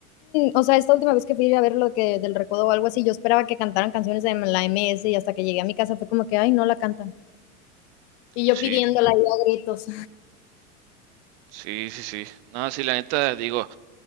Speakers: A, on the left (about 45°); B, on the right (about 50°).
A: o sea, esta última vez que fui a ver lo que del recodo o algo así, yo esperaba que cantaran canciones de la M S y hasta que llegué a mi casa fue como que, ay, no la cantan. Y
B: Sí,
A: yo pidiéndola ahí a gritos.
B: sí, sí, sí. No, sí, la neta, digo,